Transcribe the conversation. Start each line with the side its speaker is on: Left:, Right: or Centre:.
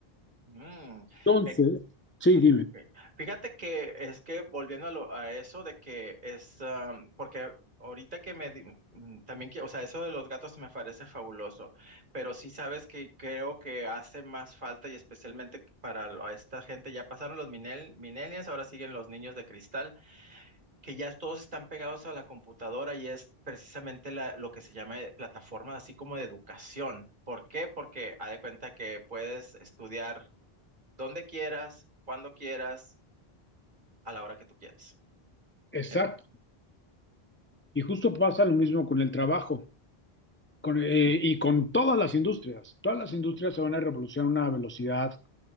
Right: Mm.
Left: Entonces,
Right: eh,
Left: sí,
Right: Ok.
Left: dime.
Right: Fíjate que es que volviendo a, lo- a eso de que es, am, porque ahorita que me, di- mm, también que, o sea, eso de los gatos me parece fabuloso, pero sí sabes que creo que hace más falta y especialmente para lo- a esta gente, ya pasaron los minel, millennials, ahora siguen los niños de cristal, que ya todos están pegados a la computadora y es precisamente la- lo que se llama eh, plataforma así como de educación. ¿Por qué? Porque haz de cuenta que puedes estudiar donde quieras, cuando quieras a la hora que tú quieres.
Left: Exacto.
Right: En-
Left: Y justo pasa lo mismo con el trabajo con, eh, y con todas las industrias. Todas las industrias se van a revolucionar a una velocidad